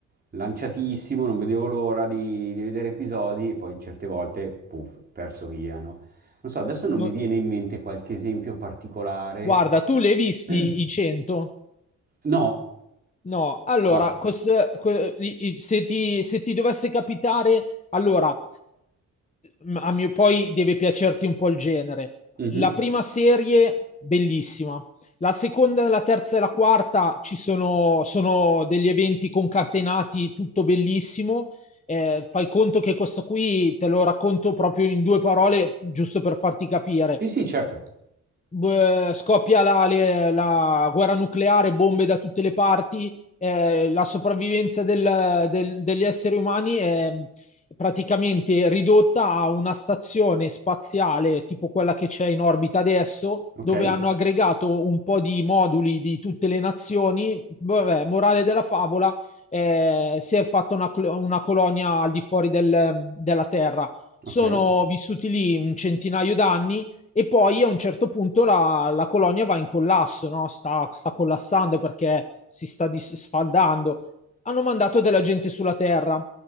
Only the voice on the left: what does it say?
No-
Guarda, tu le hai visti
i 100?
No, allora,
cos- que- i- i- se ti, se ti dovesse capitare, allora, m- a mio, poi deve piacerti un po' il genere.
La prima serie, bellissima. La seconda, la terza e la quarta ci sono, sono degli eventi concatenati, tutto bellissimo. Eh, fai conto che questo qui te lo racconto proprio in due parole, giusto per farti capire
eh, scoppia la, le- la guerra nucleare, bombe da tutte le parti, eh, la sopravvivenza del- del- degli esseri umani è praticamente ridotta a una stazione spaziale tipo quella che c'è in orbita adesso,
dove hanno aggregato un po' di moduli di tutte le nazioni. Vabbè, morale della favola, eh, si è fatta una, clo- una colonia al di fuori del- della Terra. Sono
vissuti lì un centinaio d'anni e poi a un certo punto la, la colonia va in collasso, no? sta, sta collassando perché si sta dis- sfaldando. Hanno mandato della gente sulla Terra.